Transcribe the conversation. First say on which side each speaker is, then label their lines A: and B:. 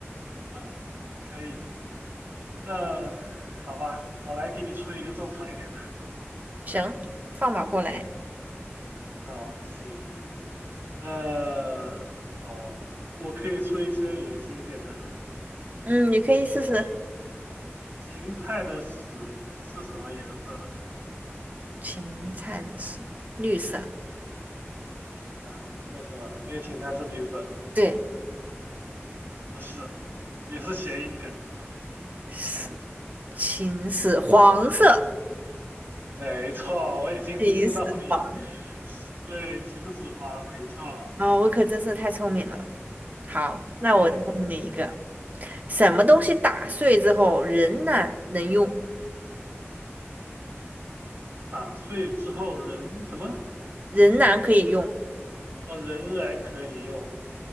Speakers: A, on the right; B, on the right.
A: 好，可以，那好吧，我来给你出一个正常一点的。
B: 行，放马过来，
A: 好，行。呃，哦，我可以出一些恶心一点的。
B: 嗯，你可以试试
A: 芹芹菜的屎是什么颜色的？
B: 芹菜的是绿色，
A: 啊，为什么？因为芹菜是绿色。
B: 对，
A: 不是，也是谐音梗。
B: 是芹是黄色，
A: 没错，我已经听到你
B: 芹是黄。
A: 对秦始皇，没错，
B: 啊、我可真是太聪明了。好，那我再问你一个，
A: 我也嗯
B: 什么东西打碎之后仍然能用？
A: 打碎之后仍什么？
B: 仍然可以用，
A: 哦，仍然可以用。